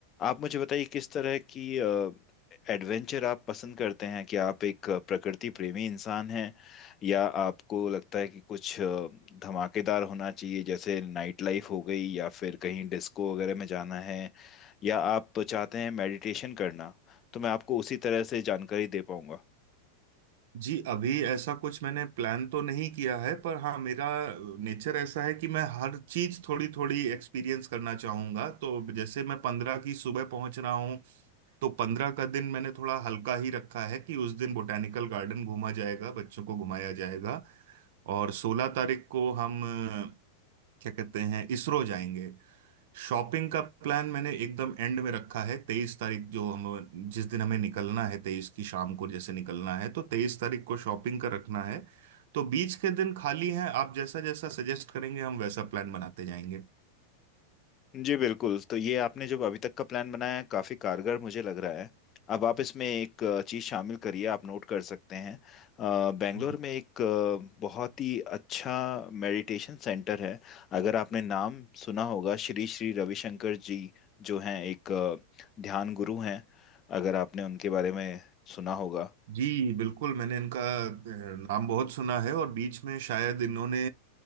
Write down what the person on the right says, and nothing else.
जी अभी ऐसा कुछ मैंने प्लान तो नहीं किया है पर हाँ मेरा नेचर ऐसा है कि मैं हर चीज थोड़ी थोड़ी एक्सपीरियंस करना चाहूंगा तो जैसे मैं पंद्रह की सुबह पहुंच रहा हूँ तो पंद्रह का दिन मैंने थोड़ा हल्का ही रखा है कि उस दिन बोटेनिकल गार्डन घूमा जाएगा बच्चों को घुमाया जाएगा और सोलह तारीख को हम अ, क्या कहते हैं इसरो जाएंगे शॉपिंग का प्लान मैंने एकदम एंड में रखा है तेईस तारीख जो हम जिस दिन हमें निकलना है तेईस की शाम को जैसे निकलना है तो तेईस तारीख को शॉपिंग का रखना है तो बीच के दिन खाली हैं आप जैसा जैसा सजेस्ट करेंगे हम वैसा प्लान बनाते जाएंगे
हम्म।
जी बिल्कुल मैंने इनका अ, नाम बहुत सुना है और बीच में शायद इन्होंने